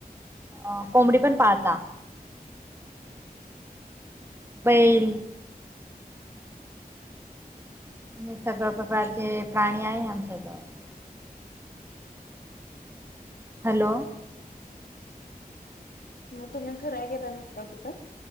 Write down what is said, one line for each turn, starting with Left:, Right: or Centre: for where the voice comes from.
Right: अ कोमडी पण पाहता बैल हे सगळ प्रकारचे प्राणी आहे आमच्या जवळ हॅलो
Left: मग तुम्ही फिराय केेला न का कुठं